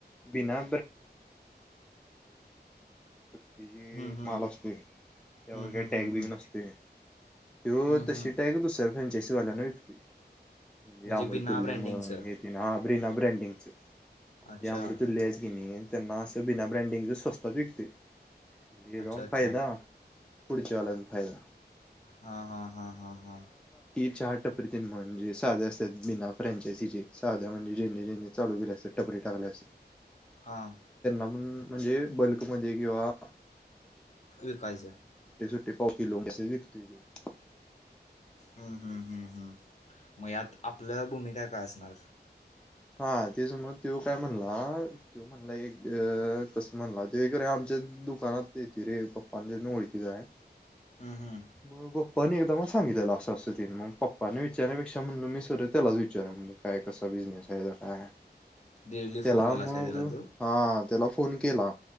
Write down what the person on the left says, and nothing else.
हं, हं.
हं,
हं, हं,
हं.
हं,
हं.
बिना ब्रँडिंगचं
अच्छा
अच्छा
अच्छा
हा हा हा हा हा.
हां
विकायचं.
हम्म हम्म हम्म हम्म मग यात आपलं भूमिका काय असणार?
हम्म हम्म
डेली
फोन केलास
काय त्याला तू